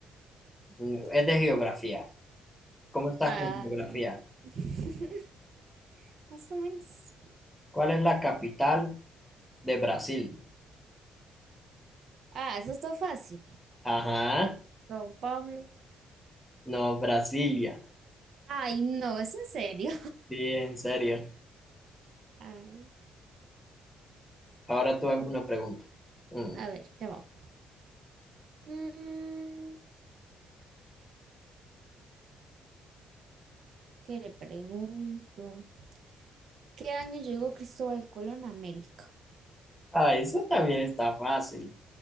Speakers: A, in the centre; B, on the right.
A: Mm, Es de geografía. ¿Cómo estás
B: Ay,
A: con geografía?
B: <laughs> más o menos.
A: ¿Cuál es la capital de Brasil?
B: Ah, eso está fácil.
A: Ajá,
B: Don Pablo.
A: no, Brasilia.
B: Ay, no, es en serio.
A: Sí, en serio.
B: <laughs> Ay,
A: Ahora tú hazme una pregunta. Mm.
B: a ver, ya va. Mm, ¿qué le pregunto? ¿Qué año llegó Cristóbal Colón a América?
A: Ah, eso también está fácil.